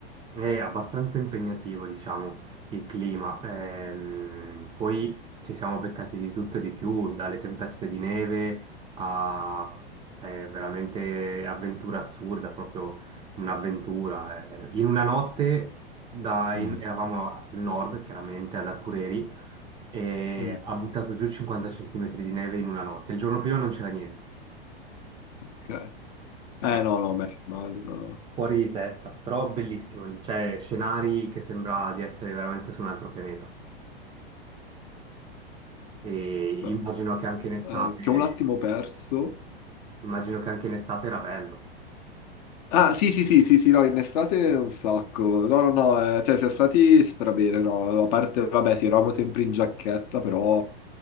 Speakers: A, on the right; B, on the left.
A: È abbastanza impegnativo, diciamo, il clima. Ehm, poi ci siamo beccati di tutto e di più, dalle tempeste di neve a, cioè, veramente avventura assurda, proprio un'avventura. eh. In una notte da- in-
B: Mm,
A: eravamo al nord, chiaramente, ad Akureyri, e
B: mm,
A: ha buttato giù 50 centimetri di neve in una notte. Il giorno prima non c'era niente.
B: ok. Eh,
A: Eh.
B: no, no, beh, immagino.
A: Fuori di testa, però bellissimo, cioè scenari che sembra di essere veramente su un altro pianeta. E
B: Aspetta,
A: immagino che anche in estate,
B: eh, ti ho un attimo perso.
A: immagino che anche in estate era bello.
B: Ah, sì, sì, sì, sì, sì, no, in estate un sacco. No, no, no, eh, cioè, siamo stati strabene, no, a parte, vabbè, sì, eravamo sempre in giacchetta, però...